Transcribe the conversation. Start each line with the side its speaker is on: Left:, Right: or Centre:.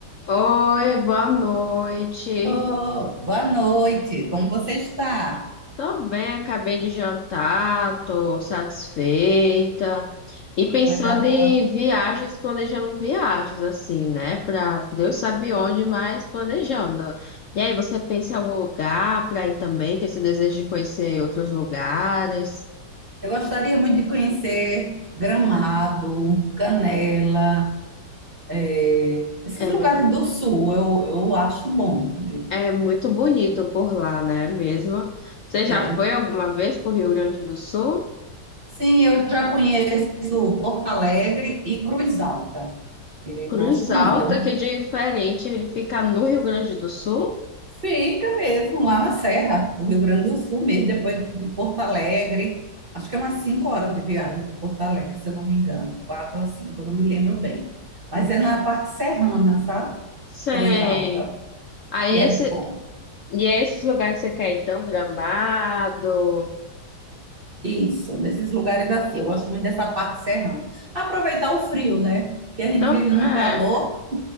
Left: Oi, boa noite.
Right: Oh, boa noite, como você está?
Left: Tô bem, acabei de jantar, tô satisfeita. E
Right: Que
Left: pensando
Right: coisa
Left: em
Right: boa.
Left: viagens, planejando viagens, assim, né? Pra Deus sabe onde, mas planejando. E aí, você pensa em algum lugar pra ir também? Tem esse desejo de conhecer outros lugares?
Right: Eu gostaria muito de conhecer Gramado, Canela, eh, esses
Left: É
Right: lugares
Left: muito,
Right: do sul, eu, eu acho bom. viu?
Left: é muito bonito por lá, né? Mesmo. Você já
Right: É.
Left: foi alguma vez pro Rio Grande do Sul?
Right: Sim, eu já conheço Porto Alegre e Cruz Alta. Eu
Left: Cruz
Right: gosto
Left: Alta,
Right: muito. é um
Left: que é diferente, ele fica no Rio Grande do Sul?
Right: Fica mesmo, lá na Serra do Rio Grande do Sul mesmo, depois de Porto Alegre. Acho que é umas cinco horas de viagem de Porto Alegre, se eu não me engano. Quatro ou cinco, eu não me lembro bem. Mas é na parte serrana, sabe?
Left: Sei.
Right: Cruz Alta.
Left: Aí
Right: E
Left: esse,
Right: é bom.
Left: e é esses lugares que você quer, então, Gramado.
Right: Isso, nesses lugares assim. Eu gosto muito dessa parte serrana. Aproveitar o frio, né? Porque a gente
Left: Então,
Right: vive num
Left: é.
Right: calor.